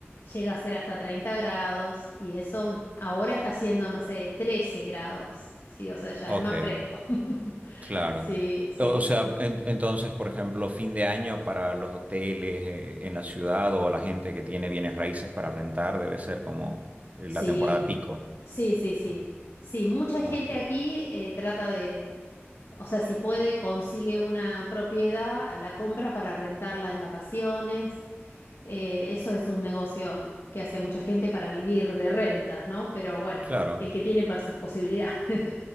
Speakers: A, on the left; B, on the right.
A: Llega a ser hasta 30 grados y eso ahora está haciendo, no sé, 13 grados. Sí, o sea, ya
B: ok,
A: es más fresco. <laughs>
B: Claro.
A: Sí, sí.
B: O, o sea, en- entonces, por ejemplo, fin de año para los hoteles eh, en la ciudad o la gente que tiene bienes raíces para rentar debe ser como eh,
A: Sí,
B: la temporada pico.
A: sí, sí, sí.
B: Ah,
A: Sí, mucha gente
B: ok.
A: aquí eh, trata de, o sea, si puede, consigue una propiedad, la compra para rentarla en vacaciones. Eh, eso es un negocio que hace mucha gente para vivir de rentas, ¿no? Pero bueno,
B: Claro,
A: el que tiene pos- posibilidad. <laughs>